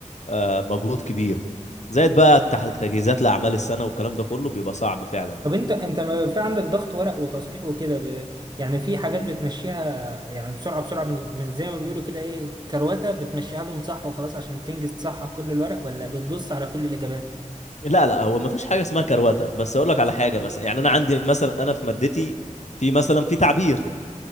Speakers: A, on the left; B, on the right.
A: آه، مجهود كبير زائد بقى التح- تجهيزات لأعمال السنة والكلام ده كله بيبقى صعب فعلا
B: طب انت انت ما في عندك ضغط ورق وتصحيح وكده ب... يعني في حاجات بتمشيها يعني بسرعه بسرعه من... من زي ما بيقولوا كده ايه كروته بتمشيها لهم صح وخلاص عشان تنجز تصحح كل الورق ولا بتبص على كل الاجابات
A: لا لا هو ما فيش حاجة اسمها كرواتة بس أقول لك على حاجة مثلا يعني أنا عندي مثلا أنا في مادتي في مثلا في تعبير